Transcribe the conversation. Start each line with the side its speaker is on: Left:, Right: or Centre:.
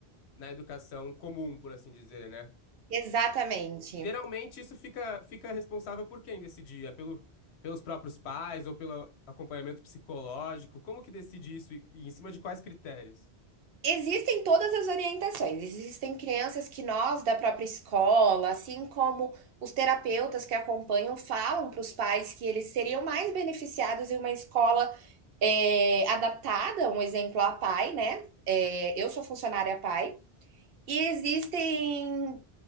Left: na educação comum, por assim dizer, né?
Right: Exatamente.
Left: Geralmente isso fica, fica responsável por quem decidir? É pelo, pelos próprios pais ou pelo acompanhamento psicológico? Como que decide isso e, e em cima de quais critérios?
Right: Existem todas as orientações. Existem crianças que nós, da própria escola, assim como os terapeutas que acompanham, falam para os pais que eles seriam mais beneficiados em uma escola é, adaptada, um exemplo a pai, né? É, eu sou funcionária pai. E existem